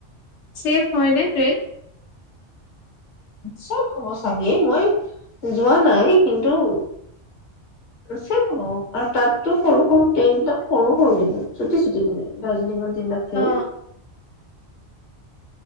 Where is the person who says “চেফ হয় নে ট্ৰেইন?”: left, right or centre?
Left